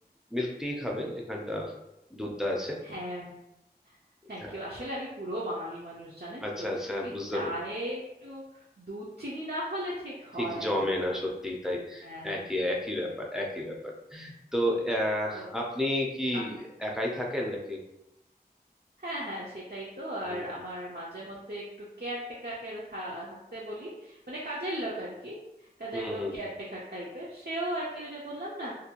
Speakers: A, in the centre; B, on the right.
A: মিল্ক টি খাবেন এখানটা দুধটা আছে
B: হ্যাঁ থ্যাংক
A: হ্যাঁ
B: ইউ আসলে আমি পুরো বাঙালি মানুষ জানেন
A: আচ্ছা
B: তো
A: আচ্ছা হ্যাঁ,
B: ওই
A: বুঝতে
B: চায়ে
A: পারি
B: একটু দুধ চিনি না হলে ঠিক হয়
A: ঠিক জমে
B: না
A: না সত্যি তাই
B: হ্যাঁ
A: একই একই ব্যাপার একই ব্যাপার তো আহ,
B: ও
A: আপনি কি
B: আপনার
A: একাই থাকেন নাকি
B: হ্যাঁ হ্যাঁ সেটাই তো
A: হুম
B: আর আমার মাঝে মধ্যে একটু কেয়ারটেকারকে থাকতে বলি মানে কাজের লোক আর কি কাজের
A: হুম হুম
B: লোক
A: হুম
B: কেয়ারটেকার টাইপের সেও আর কি ওই যে বললাম না